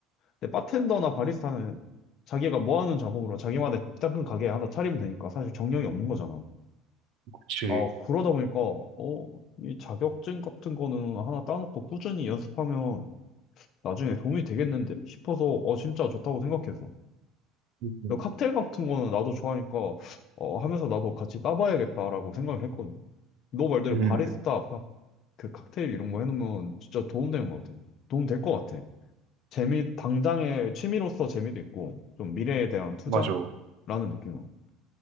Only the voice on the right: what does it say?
그치,
음, 음,
음,
맞아,